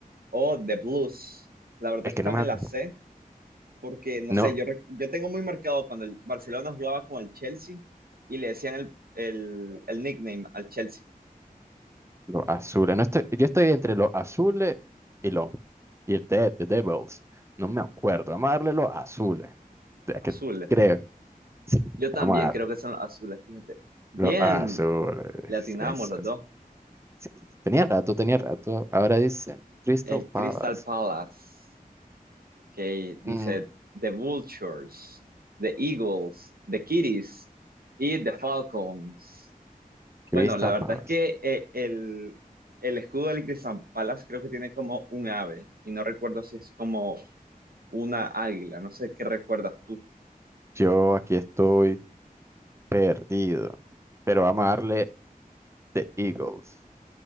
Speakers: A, on the right; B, on the right.
A: o The Blues. La verdad
B: Es
A: es que
B: que
A: esta
B: no
A: me
B: me acuerdo.
A: la sé porque, no
B: No,
A: sé, yo, rec- yo tengo muy marcado cuando el Barcelona jugaba con el Chelsea y le decían el, el, el nickname al Chelsea,
B: los azules. No estoy, yo estoy entre los azules y los y el de The Devils. No me acuerdo. Vamos a darle los azules. Es
A: los
B: que
A: azules.
B: creo. Sí,
A: Yo también
B: vamos a darle.
A: creo que son los azules, fíjate. Bien,
B: Los azules.
A: le atinamos
B: Eso
A: los
B: es.
A: dos.
B: Sí, tenía rato, tenía rato. Ahora dice Crystal
A: El
B: Palace.
A: Crystal Palace. que dice
B: Mm,
A: The Vultures, The Eagles, The Kitties y The Falcons. Bueno,
B: Crystal
A: la verdad
B: Palace.
A: es que eh, el, el escudo del Crystal Palace creo que tiene como un ave y no recuerdo si es como una águila, no sé qué recuerdas tú.
B: Yo aquí estoy perdido. Pero vamos a darle The Eagles.